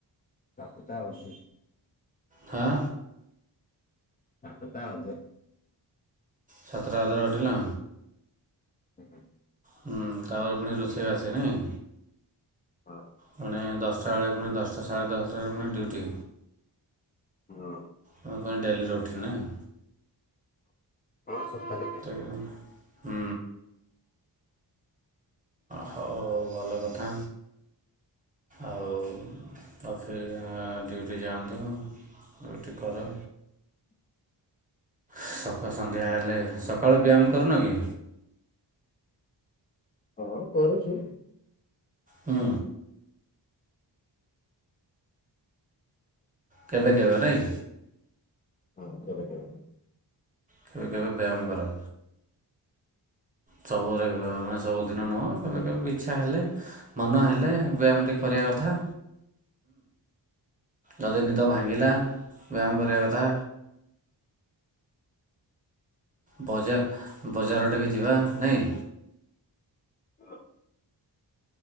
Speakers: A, on the left; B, on the right.
A: <unintelligible>
B: ହାଁ।
A: ସାତଟା ଅଧେ।
B: ସାତଟା ଅଧେରେ ଉଠିଲ?
A: ହୁଁହୁଁ।
B: ହୁଁ ତାପରେ ପୁଣି ରୋଷେଇ ଆଛି, ନାଇଁ?
A: ଅ।
B: ପୁଣି ଦଶଟା ବେଳେ ପୁଣି, ଦଶଟା ସାଢ଼େ ଦଶଟା, ବେଳେ ପୁଣି ଡ୍ୟୁଟି।
A: ହଁ
B: ତମ ପାଇଁ ଡେଲି ରୁଟିନ୍ ନାହି।
A: ହଁ ସପ୍ତାହଟେ ପାଇଁ।
B: ଦିନ ହୁଁ। ହଉ ଭଲ କଥା, ଆଉ ଅଫି ଡ୍ୟୁଟି ଯାଆନ୍ତୁ, ଡ୍ୟୁଟି କର, ସକାଳ ସନ୍ଧ୍ୟା ହେଲେ, ସକାଳେ ବ୍ୟାୟାମ କରୁନ କି?
A: ହଁ କରୁଛି।
B: ହୁଁ। କେବେ କେବେ ନାଇ।
A: ହଁ କେବେ କେବେ।
B: କେବେ କେବେ ବ୍ୟାୟାମ କର। ସବୁରେ ମାନେ ସବୁଦିନ ନୁହଁ କେବେ କେବେ ଇଚ୍ଛା ହେଲେ, ମନ ହେଲେ, ବ୍ୟାୟାମ ଟିକେ କରିବା କଥା, ଯଦି ନିଦ ଭାଙ୍ଗିଲା, ବ୍ୟାୟାମ କରିବା କଥା। ବଜାର ବଜାର ଟେ ବି ଯିବା ନାଇଁ।
A: ହ